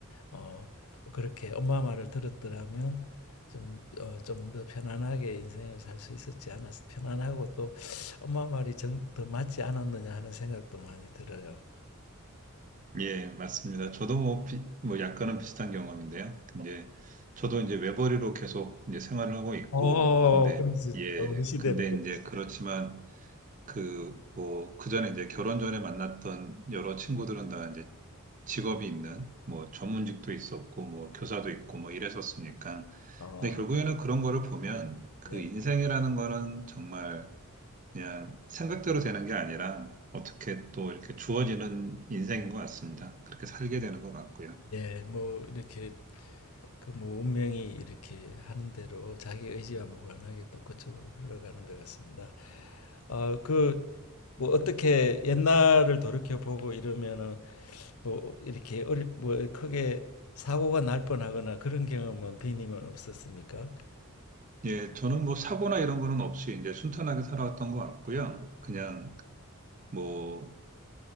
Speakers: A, on the left (about 75°); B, on the right (about 35°).
A: 어 그렇게 엄마 말을 들었더라면 좀, 어, 좀 더 편안하게 인생을 살 수 있었지 않았어 편안하고 또 엄마 말이 정, 더 맞지 않았느냐 하는 생각도 많이 들어요.
B: 예, 맞습니다. 저도 뭐, 비, 뭐 약간은 비슷한 경험인데요. 근데 저도 이제 외벌이로 계속 이제 생활을 하고 있고,
A: 어,
B: 근데
A: 그렇지.
B: 예,
A: 우리 시대는
B: 근데
A: 그래.
B: 이제 그렇지만 그 뭐 그 전에 이제 결혼 전에 만났던 여러 친구들은 다 이제 직업이 있는 뭐 전문직도 있었고 뭐 교사도 있고 뭐 이랬었으니까
A: 어,
B: 근데 결국에는 그런 거를 보면 그
A: 네.
B: 인생이라는 거는 정말 그냥 생각대로 되는 게 아니라 어떻게 또 이렇게 주어지는 인생인 것 같습니다. 그렇게 살게 되는 것 같고요.
A: 예, 뭐 이렇게 그 뭐 운명이 이렇게 하는 대로 자기 의지와 무관하게 또 그쪽으로 흘러가는 것 같습니다. 어, 그 뭐 어떻게 옛날을 돌이켜 보고 이러면은 뭐 이렇게 어리, 뭐 크게 사고가 날 뻔하거나 그런 경험은 비님은 없었습니까?
B: 예, 저는 뭐 사고나 이런 거는 없이 이제 순탄하게 살아왔던 것 같고요. 그냥
A: 음.
B: 뭐